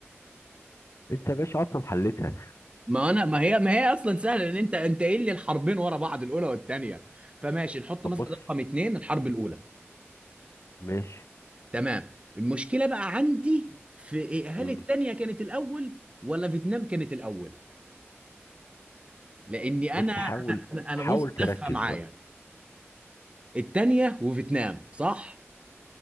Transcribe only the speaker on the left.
انت يا باشا اصلا حلتها
طب
بص
ماشي
مم.
بص
حاول
حاول
تركز
بقى